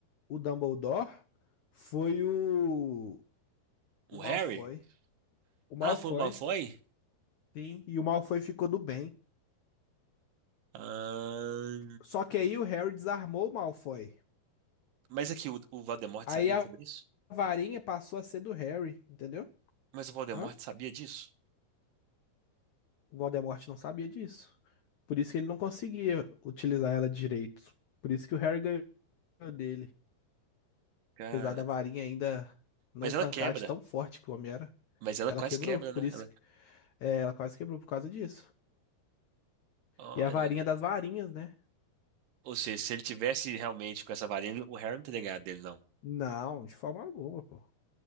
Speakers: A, on the left (about 75°); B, on the right (about 75°).
A: o Dumbledore foi o, o
B: O
A: Malfoy.
B: Harry?
A: O Malfoy,
B: Ah, foi o Malfoy?
A: sim, e o Malfoy ficou do bem.
B: Ah,
A: Só que aí o Harry desarmou o Malfoy.
B: Mas é que o, o Voldemort
A: Aí
B: sabia
A: a
B: sobre isso?
A: varinha passou a ser do Harry, entendeu?
B: Mas o Voldemort
A: Hã?
B: sabia disso?
A: O Voldemort não sabia disso. Por isso que ele não conseguia utilizar ela direito. Por isso que o Harry ganhou dele.
B: Cara.
A: Apesar da varinha ainda não
B: Mas
A: tancar
B: ela quebra.
A: de tão forte que o homem era.
B: Mas ela
A: Ela
B: quase
A: quebrou,
B: quebra,
A: por
B: né?
A: isso
B: Ela...
A: que é, ela quase quebrou por causa disso.
B: Olha.
A: E a varinha das varinhas, né?
B: Ou seja, se ele tivesse realmente com essa varinha, ele- o Harry não teria ganhado dele, não.
A: Não, de forma alguma, pô.